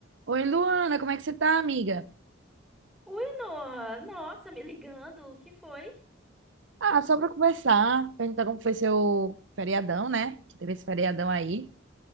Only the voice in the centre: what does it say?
Ui, Noah, nossa, me ligando, o que foi?